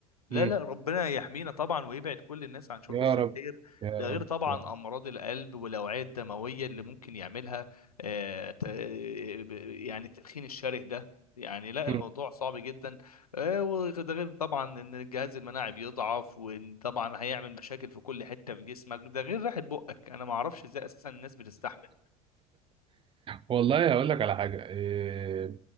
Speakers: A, on the left; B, on the right.
A: لا
B: مم.
A: لا ربنا يحمينا طبعا ويبعد كل الناس عن شرب
B: يا
A: السجاير
B: رب يا
A: ده
B: رب
A: غير طبعا
B: يا رب
A: امراض القلب والاوعيه الدمويه اللي ممكن يعملها آه، ت- آه، ب- يعني التدخين الشره ده يعني لا
B: مم.
A: الموضوع صعب جدا آه، وده غير طبعا ان الجهاز المناعي بيضعف وطبعا هيعمل مشاكل في كل حته في جسمك ده غير ريحه بقك انا ما اعرفش ازاي اساسا الناس بتستحمل
B: والله هقول لك على حاجة إيه...